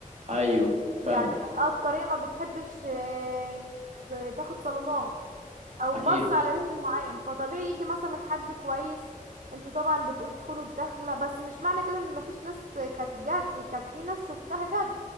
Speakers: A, on the right; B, on the right.
A: ايوه فاهمك
B: يعني اكترية ما بتحبش آه، ت- تاخد صالونات او
A: اكيد
B: بص على رينج معين فطبيعي يجي مثلا حد كويس انتوا طبعا بتدخلوا الدخلة بس مش معنى كده ان مفيش ناس كانت جد كانت في ناس شفتها جد